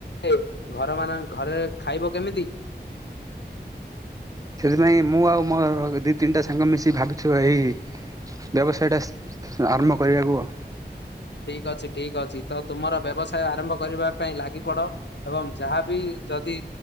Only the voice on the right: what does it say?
ସେଥିପାଇଁ ମୁଁ ଆଉ ମୋ ଦି ତିନିଟା ସାଙ୍ଗ ମିଶି ଭାବିଛୁ ଏଇ ବ୍ୟବସାୟଟା ଆରମ୍ଭ କରିବାକୁ ଆଉ।